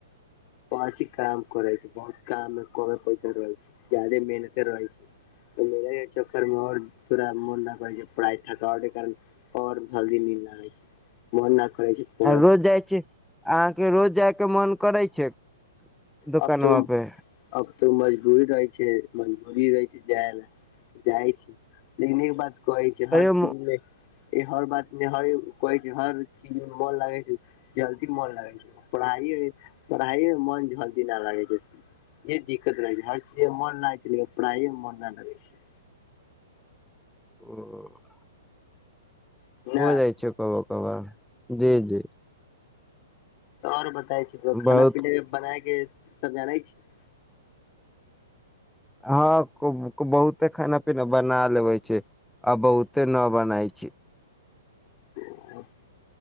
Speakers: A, on the left (about 35°); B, in the centre.
A: पाँची काम करै छै बहुत काममे कमे पैसा रहै छै ज्यादे मेहनते रहै छै <unintelligible> चक्कर में और पूरा मोन न करै छै पाइ थकावट के कारण और जल्दी नींद लागे छै मोना करै छै पढ़े
B: आ रोज जाइ छी अहाँके रोज जायके मन करै छै दोकानवा
A: अब तो
B: पे
A: अब तो मजबूरी रहै छै मजबूरी रहै छै जाय ल जाइ छै लेकिन एक बात कहै छै हर
B: तैयो
A: चीजमे हर बात मे ह कहै छै हर चीज मे मन लागे छै जल्दी मन लागे छै पढ़ाइ पढ़ाइ मन झलदी न लागै छै ह दिक्कत रह छै हर चीज मन नहि छै लेक पढ़ाइ मे मोन न लगे छै
B: <unintelligible>
A: न
B: हो जाइ छै <unintelligible> जी जी
A: तऽ आओर बताय छै खाना
B: बहुत
A: पीना के बना के सब जानै छै
B: हँ बहुते खाना पीना बना लेबे छै आ बहुते न बनाय छी
A: <unintelligible>